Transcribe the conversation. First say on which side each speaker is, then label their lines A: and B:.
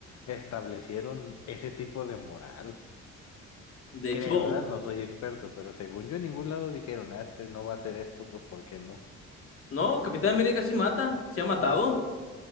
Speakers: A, on the left; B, on the left.
A: establecieron ese tipo de moral.
B: De
A: Creo,
B: hecho,
A: ¿verdad? No soy experto, pero según yo en ningún lado dijeron, ah, este no va a hacer esto, pues ¿por qué no?
B: no, Capitán América sí mata, sí ha matado.